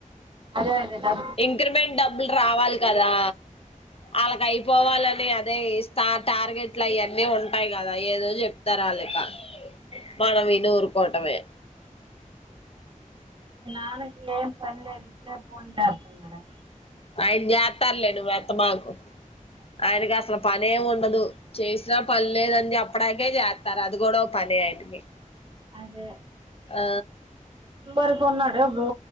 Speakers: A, on the right; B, on the left.
A: అదే అదే డబ్బు
B: ఇంక్రిమెంట్ డబ్ బ్బులు రావాలి కదా ఆళ్ళకి అయిపోవాలని అనీ అదే ఈ స్థా టార్గెట్లు అయీ అన్నీ ఉంటాయి కదా ఏదో చెప్తారు ఆళ్ళు ఇక మనం విని ఊరుకోటమే
A: మా నాన్నకి ఏం పనిలేదు ఇప్పుడే ఫోన్ చెత్తనాడు
B: ఆయన చేత్తాడ్లే నువ్వు ఎత్తమాకు ఆయనకి అసలు పనేమి ఉండదు చేసినా పనిలేదని చెప్పడాకే చేస్తారు అది కూడా ఒక పని <unintelligible>
A: అదే
B: ఆ
A: పరి కొన్నాడు గో